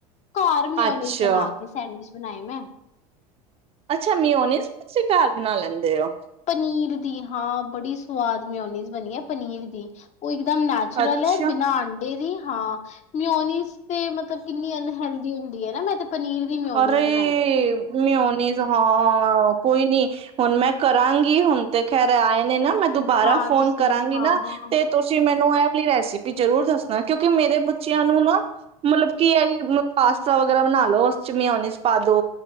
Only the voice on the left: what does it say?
ਘਰ ਮਿਓਨੀਜ਼
ਬਣਾ ਕੇ ਸੈਂਡਵਿਚ ਸੁਣਾਈ ਮੈਂ।
ਪਨੀਰ ਦੀ, ਹਾਂ! ਬੜੀ ਸਵਾਦ ਮਿਓਨੀਜ਼ ਬਣੀ ਆ, ਪਨੀਰ ਦੀ। ਉਹ ਇਕਦਮ ਨੈਚੁਰਲ
ਹੈ ਬਿਨਾਂ ਅੰਡੇ ਦੀ। ਹਾਂ! ਮਓਨੀਸ ਮਤਲਬ, ਕਿੰਨੀ ਅਨਹਲਦੀ ਹੁੰਦੀ ਨਾ ਮੈਂ ਤੇ ਪਨੀਰ ਦੀ ਮਿਓਨੀਜ਼
ਬਣਾਈ।
ਹਾਂ
ਤੁਸੀਂ
ਹਾਂ
ਹਾਂ